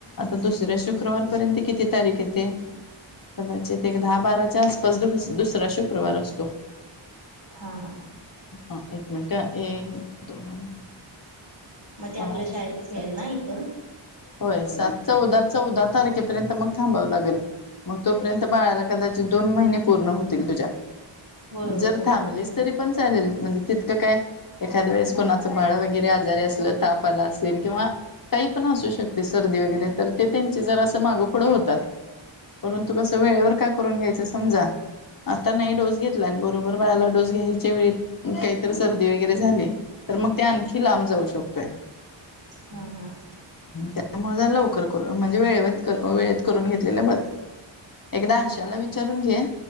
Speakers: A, on the left; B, on the right.
A: आता दुसऱ्या शुक्रवारपर्यंत किती तारीख येते? कदाचित एक दहा बाराच्या आसपास दुसरा शुक्रवार असतो.
B: हां हां.
A: हां एक मिनिटं, एक दोन
B: मग ते
A: पाच
B: आपल्या शाळेतच मिळेल
A: सहा
B: ना इथं?
A: होय सात चौदा चौदा तारखेपर्यंत मग थांबावं लागलं. मग तोपर्यंत बाळाला कदाचित दोन महिने पूर्ण होतील तुझ्या.
B: होय होय
A: जर
B: दोन
A: थांबलीस
B: महिने पूर्ण होतील.
A: तरी पण चालेल म्हणजे तितकं काय एखाद्या वेळेस कोणाचं बाळ वगैरे आजारी असलं ताप आला असेल किंवा काही पण असू शक शकते सर्दी वगैरे तर ते त्यांचे जरासं मागं पुुढं होतात. परंतु कसं वेळेवर का करून घ्यायचं समजा आता नाही डोस घेतला आणि बरोबर बाळाला डोस घ्यायच्या वेळी काहीतरी सर्दी वगैरे झाली तर मग ते आणखी लांब जाऊ शकतोय.
B: हां हां.
A: त्यामुळं जरा लवकर करून म्हणजे वेळेत वेळेत करून घेतलेलं बरं. एकदा आशाला विचारून घे.